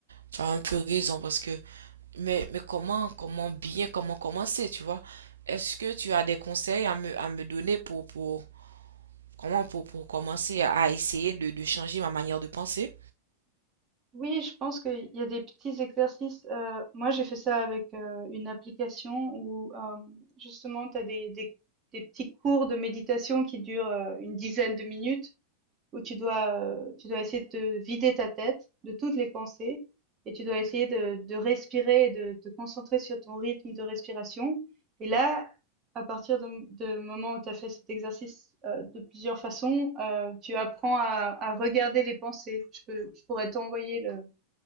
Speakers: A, on the right; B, on the right.
A: Tu as un peu raison parce que Mais, mais comment, comment bien, comment commencer, tu vois? Est-ce que tu as des conseils à me, à me donner pour, pour, comment, pour, pour commencer à essayer de, de changer ma manière de penser?
B: oui, je pense qu'il y a des petits exercices. Euh, moi, j'ai fait ça avec euh, une application où euh, justement, tu as des, des, des petits cours de méditation qui durent euh, une dizaine de minutes où tu dois, euh, tu dois essayer de te vider ta tête de toutes les pensées et tu dois essayer de, de respirer et de te concentrer sur ton rythme de respiration. Et là, à partir de- de moment où tu as fait cet exercice euh, de plusieurs façons, euh, tu apprends à, à regarder les pensées. Je peux, je pourrais t'envoyer le,